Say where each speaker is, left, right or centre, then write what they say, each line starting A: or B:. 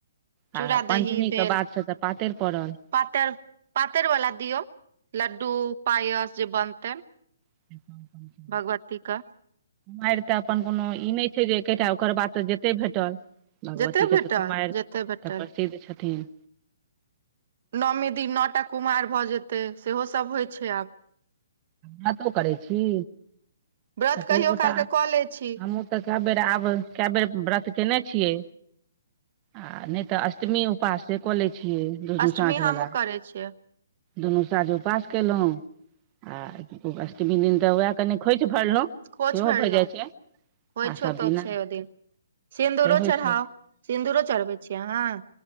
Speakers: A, on the right; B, on the right.
A: चूड़ा
B: आ पञ्चमीके
A: दही भेल
B: बादसँ तऽ पातरि पड़ल
A: पातरि पातरि वाला दियौ लड्डू पायस जे बनते
B: <inaudible>
A: भगवती क
B: मारि तऽ अपन कोनो ई नहि छै जे एकेटा ओकर बाद तऽ जेते भेटल भगवतीक
A: जते
B: के
A: भेटल
B: तऽ कुमारि
A: जते भेटल
B: तऽ प्रसिद्ध छथिन
A: नौमि दिन नओ टा कुमारि भऽ जेतै सेहो सभ होइ छै आब
B: व्रतो करै छी
A: व्रत
B: कतेक
A: कहियो
B: गोटा
A: काल के कऽ लै छी
B: हमहु तऽ कए बेर आब कए बेर व्रत केने छियै आ नहि तऽ अष्टमी उपासे कऽ लै छियै दुनू
A: अष्टमी
B: साँझ
A: हमहुँ
B: बला
A: करै छियै
B: दुनू साँझ उपास केलौ आ अष्टमी दिन तऽ उएह कनि खोइच भरलहुँ
A: खोच
B: सेहो
A: भरलो
B: भऽ जाइ छै
A: होइ
B: आ
A: छ
B: सभ दिना
A: तो छै ओ दिन सिन्दूरो
B: से होइ
A: चढ़ाव
B: छै
A: सिन्दूरो चढ़बै छी अहाँ